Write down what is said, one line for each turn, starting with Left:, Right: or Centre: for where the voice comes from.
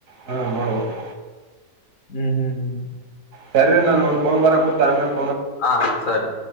Right: ಹಾ ನೋಡ್ಬೇಕು.
Left: ಹ್ಮ್ ಹ್ಮ್ ಹ್ಮ್
Right: ಸರಿ ನನ್ ಒಂದ ಫೋನು ಬರಕೂತದ ನಾನು ಆಮೇಲೇ.
Left: ಹಾ ಹಾ ಸರಿ.